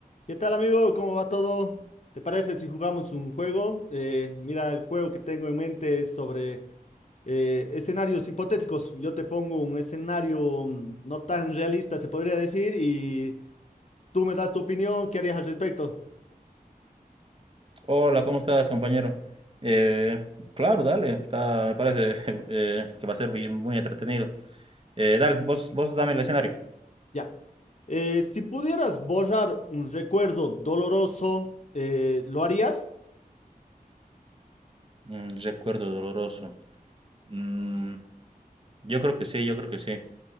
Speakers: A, on the left; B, on the right.
A: ¿Qué tal, amigo? ¿Cómo va todo? ¿Te parece si jugamos un juego? Eh, mira, el juego que tengo en mente es sobre eh, escenarios hipotéticos. Yo te pongo un escenario mm, no tan realista, se podría decir, y tú me das tu opinión, ¿qué harías al respecto?
B: Hola, ¿cómo estás, compañero? Eh, claro, dale, está, me parece <laughs> eh, que va a ser muy, muy entretenido. Eh, dale, vos, vos dame el escenario.
A: Ya. Eh, si pudieras borrar un recuerdo doloroso, eh, ¿lo harías?
B: Mm, recuerdo doloroso. Mm, yo creo que sí, yo creo que sí.